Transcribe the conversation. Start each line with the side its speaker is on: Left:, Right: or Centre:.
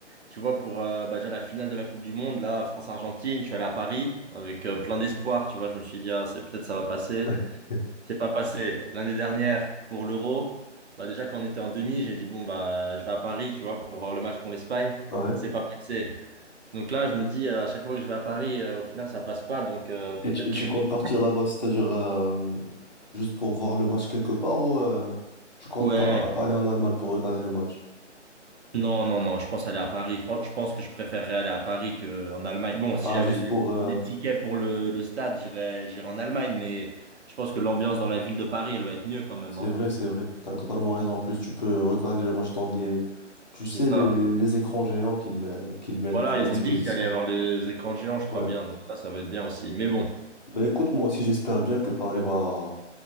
Right: Tu vois, pour euh, bah, déjà la finale de la Coupe du Monde, là, France-Argentine, je suis allé à Paris avec euh, plein d'espoir. Tu vois, je me suis dit, ah, c'est peut-être ça va passer.
Left: <laughs>
Right: C'est pas passé. L'année dernière, pour l'Euro, bah, déjà quand on était en demi, j'ai dit, bon, bah, je vais à Paris, tu vois, pour voir le match contre l'Espagne.
Left: ouais.
Right: C'est pas passé. Donc là, je me dis, euh, à chaque fois que je vais à Paris, euh, au final, ça passe pas. Donc euh, peut-être
Left: Et tu, et tu
Right: que.
Left: comptes
Right: <laughs>
Left: partir là-bas, c'est-à-dire euh, juste pour voir le match quelque part ou euh, tu comptes
Right: Ouais.
Left: pas aller en Allemagne pour regarder le match?
Right: Non, non, non, je pense aller à Paris. Fran- Je pense que je préférerais aller à Paris qu'en Allemagne. Bon, si
Left: Ah,
Right: j'avais
Left: juste
Right: des
Left: pour... euh,
Right: des tickets pour le, le stade, j'irais, j'irais en Allemagne, mais je pense que l'ambiance dans la ville de Paris, elle va être mieux quand même,
Left: c'est
Right: hein.
Left: vrai, c'est vrai, t'as totalement raison. En plus, tu peux regarder le match dans des... Tu
Right: C'est
Left: sais,
Right: ça.
Left: les, les, les écrans géants qu'ils euh, qu'ils mettent
Right: Voilà,
Left: à
Right: ils
Left: disposition.
Right: ont dit qu'il allait y avoir les écrans géants, je
Left: Ouais.
Right: crois bien, donc ça, ça va être bien aussi. Mais bon,
Left: Ben écoute, moi aussi, j'espère bien que Paris va,